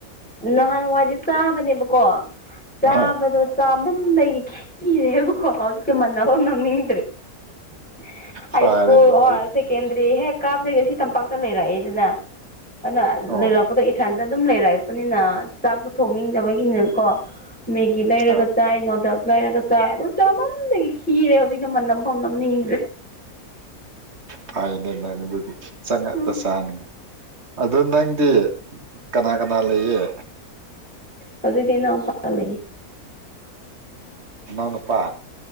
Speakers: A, in the centre; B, on the right (about 45°).
A: ꯅꯍꯥꯟꯋꯥꯏꯗꯤ ꯆꯥꯕꯅꯦ ꯑꯃꯨꯛ ꯀꯣ ꯆꯥꯕꯗꯣ
B: ꯑꯍ
A: ꯆꯥꯃꯟꯕꯒꯤ ꯈꯤꯔꯦꯕꯀꯣ ꯍꯧ <unintelligible> ꯍꯥꯏ
B: ꯐꯔꯦꯅꯦ
A: ꯁ꯭ꯀꯨꯜ ꯍꯣ
B: ꯑꯩ
A: ꯁꯦꯀꯦꯟꯗꯔꯤ ꯍꯦꯛ ꯀꯥꯕꯗꯩ ꯑꯁꯤ ꯇꯝꯄꯥꯛꯇ ꯂꯩꯔꯛꯑꯦꯗꯅ ꯑꯗꯨꯅ
B: ꯑꯣ
A: ꯂꯩꯔꯛꯄꯗ ꯏꯊꯟ ꯇ ꯑꯗꯨꯝ ꯂꯩꯔꯛꯏꯄꯅꯤꯅ ꯆꯥꯛꯇꯣ ꯊꯣꯡꯅꯤꯡꯗꯕꯒꯤꯅꯀꯣ ꯃꯦꯒꯤ ꯂꯩꯔꯒ
B: ꯑ
A: ꯆꯥꯏ ꯅꯣꯗꯜ ꯂꯩꯔꯒ ꯆꯥꯏ ꯑꯗꯨ ꯆꯥꯃꯟꯕꯒꯤ ꯈꯤꯔꯦ ꯍꯧꯖꯤꯛꯅ ꯃꯥꯟꯅꯝ ꯐꯥꯎ ꯅꯝꯅꯤꯡꯗ꯭ꯔꯦ
B: ꯐꯥꯏꯅꯦ ꯅꯪ ꯑꯗꯨꯗꯤ ꯆꯥꯛ ꯉꯛꯇ
A: ꯎꯝ
B: ꯆꯥꯅꯤꯡ ꯑꯗꯨ ꯅꯪ ꯪꯗꯤ ꯀꯅꯥ ꯀꯅꯥ ꯂꯩꯌꯦ
A: ꯍꯧꯖꯤꯛꯇꯤ ꯢꯅꯥꯎꯄꯥꯒ ꯂꯩꯌꯦ
B: ꯅꯅꯥꯎ ꯅꯨꯄꯥ